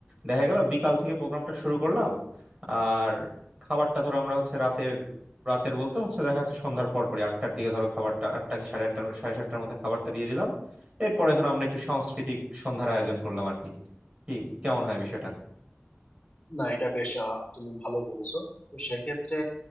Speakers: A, on the right; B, on the left.
A: দেখা গেল বিকাল থেকে প্রোগ্রামটা শুরু করলাম আর খাবারটা ধরো আমরা হচ্ছে রাতের রাতের বলতে হচ্ছে দেখা যাচ্ছে সন্ধ্যার পর পরই আটটার দিকে ধরো খাবারটা আটটা কি সাড়ে আটটা সাড়ে সাতটার মধ্যে খাবারটা দিয়ে দিলাম এরপরে ধরো আমরা একটু সাংস্কৃতিক সন্ধ্যার আয়োজন করলাম আর কি কি কেমন হয় বিষয়টা
B: না এটা বেশ আহ, তুমি ভালো বলছো তো সেক্ষেত্রে